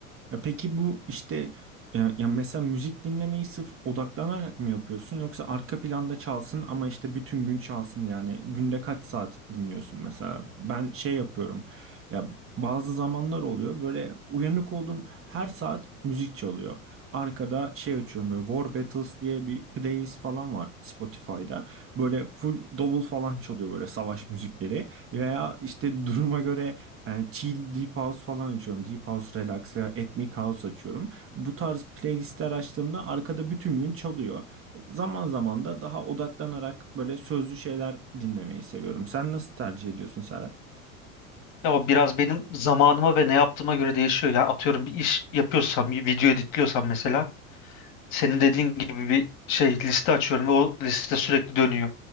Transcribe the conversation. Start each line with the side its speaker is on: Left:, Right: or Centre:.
Right: Ya peki bu işte e, ya mesela müzik dinlemeyi sırf odaklanarak mı yapıyorsun yoksa arka planda çalsın ama işte bütün gün çalsın yani günde kaç saat dinliyorsun mesela ben şey yapıyorum ya bazı zamanlar oluyor böyle uyanık olduğum her saat müzik çalıyor arkada şey açıyorum böyle War Battles diye bir playlist falan var Spotify'da böyle full davul falan çalıyor böyle savaş müzikleri veya işte duruma göre e, chill deep house falan açıyorum. Deep house relax veya ethnic house açıyorum. Bu tarz playlistler açtığımda arkada bütün gün çalıyor. Zaman zaman da daha odaklanarak böyle sözlü şeyler dinlemeyi seviyorum. Sen nasıl tercih ediyorsun Serhat?
Left: Ya o biraz benim zamanıma ve ne yaptığıma göre değişiyor. Yani atıyorum bir iş yapıyorsam, bir video editliyorsam mesela senin dediğin gibi bir şey liste açıyorum ve o liste sürekli dönüyor.